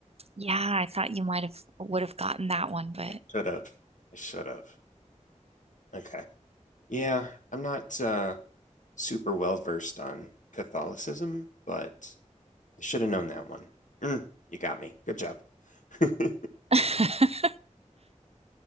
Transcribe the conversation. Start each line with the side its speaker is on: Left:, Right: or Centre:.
Right: Yeah, I thought you might have would have gotten that one, but
Left: I should have. I should have. Okay. Yeah, I'm not uh, super well versed on Catholicism, but I should have known that one. Mm, you got me. Good job. <laughs>
Right: <laughs>